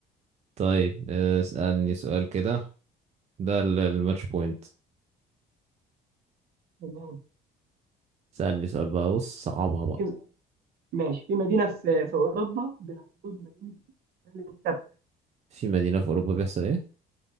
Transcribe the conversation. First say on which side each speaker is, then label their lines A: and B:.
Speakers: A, on the right; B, on the right.
A: طيب آه، اسألني سؤال كده ده ال- الماتش بوينت
B: تمام
A: اسألني سؤال بقى بص صعبها بقى
B: في ماشي في مدينة في في أوروبا بيلقبوها بمدينة التلال السبع
A: في مدينة في أوروبا بيحصل إيه؟